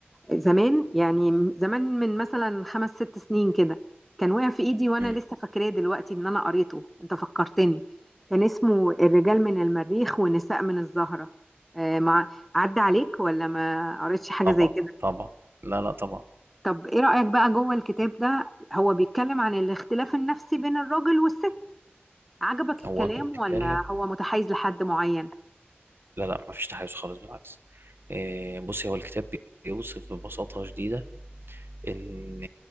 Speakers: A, in the centre; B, on the right.
A: زمان يعني زمان من مثلا خمس ست سنين كده كان واقع في إيدي وأنا
B: مم.
A: لسه فاكراه دلوقتي إن أنا قريته أنت فكرتني كان اسمه الرجال من المريخ والنساء من الزهرة آه، مع عدى عليك ولا ما قريتش حاجة
B: طبعا
A: زي كده
B: طبعا لا لا طبعا
A: طب إيه رأيك بقى جوه الكتاب ده هو بيتكلم عن الاختلاف النفسي بين الراجل والست عجبك
B: هو
A: الكلام
B: بيتكلم
A: ولا هو متحيز لحد معين؟
B: لا لا مفيش تحيز خالص بالعكس آه، بصي هو الكتاب بيوصف ببساطة شديدة ان